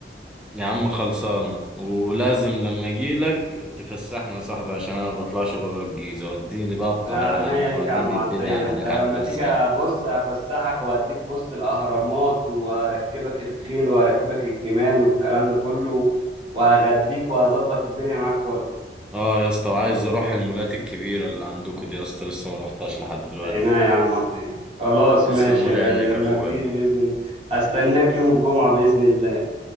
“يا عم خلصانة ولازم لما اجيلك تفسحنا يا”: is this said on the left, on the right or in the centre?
Centre